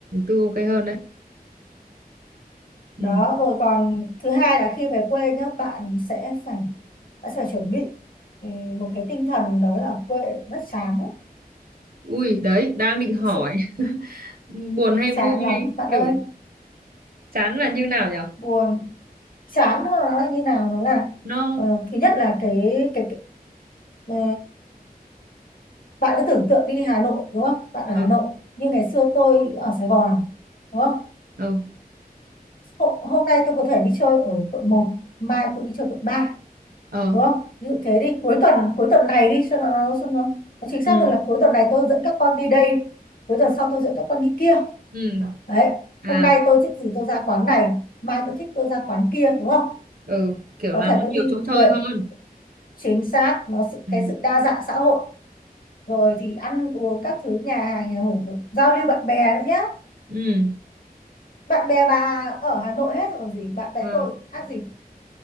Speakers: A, on the right; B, on the left.
A: tư ok hơn đấy ừ
B: đó rồi còn thứ hai là khi về quê nhá bạn sẽ phải bạn sẽ phải chuẩn bị ừ, một cái tinh thần đó là quê rất chán đấy.
A: ui đấy đang định hỏi
B: thực sự
A: <laughs> buồn hay
B: chán
A: vui
B: lắm
A: hay
B: bạn
A: kiểu
B: ơi
A: chán là như nào nhở
B: buồn chán nó như nào nó là
A: nó
B: ờ, thứ nhất là cái cái, cái ờ, bạn cứ tưởng tượng đi Hà Nội đúng không bạn ở
A: ừ
B: Hà Nội như ngày xưa tôi ở Sài Gòn đúng không
A: ừ
B: hôm, hôm nay tôi có thể đi chơi ở quận một, mai tôi đi chơi quận ba
A: ờ
B: đúng không ví dụ thế đi cuối tuần cuối tuần này đi cho nó nó, cho nó, nó chính xác
A: ừ
B: hơn là cuối tuần này tôi dẫn các con đi đây cuối tuần sau tôi dẫn các con đi kia
A: ừ
B: đấy
A: à
B: hôm nay tôi thích gì tôi ra quán này mai tôi thích tôi ra quán kia đúng không
A: ừ kiểu
B: có
A: là
B: thể
A: nó
B: tôi đi
A: nhiều chỗ
B: người
A: chơi hơn
B: chính xác nó sự
A: ừ
B: cái sự đa dạng xã hội rồi thì ăn uống các thứ nhà hàng nhà hổ giao lưu bạn bè nữa nhá
A: ừ
B: bạn bè bà ở Hà Nội hết rồi còn gì bạn bè
A: Ờ,
B: tôi khác gì